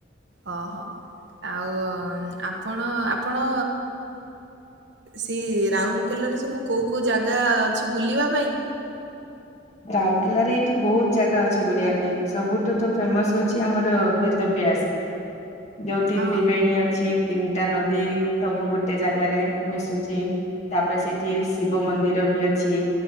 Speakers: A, on the right; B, on the left.
A: ଓ ହୋ। ଆଉ ଆପଣ ଆପଣ ସେ ରାଉଲ କେଲ୍ ଲାଜେ କୋଉ କୋଉ ଜାଗା ଅଛି ବୁଲିବା ପାଇଁ?
B: <inaudible> ରାଉରକେଲାରେ ଏଇଠି ବହୁତ ଜାଗା ଅଛି ବୁଲିବା ପାଇଁ ସବୁଠୁ ତ ଫେମସ ହଉଚି ଆମର ବେଦବ୍ୟାସ। ଯୋଉଠି
A: ହଁ।
B: ତ୍ରିବେଣୀ ଅଛି ତିନିଟା ନ ଦି ସବୁ ଗୋଟେ ଜାଗାରେ ମିଶୁଚି। ତାପରେ ସେଠି ଶିବ ମନ୍ଦିର ବି ଅଛି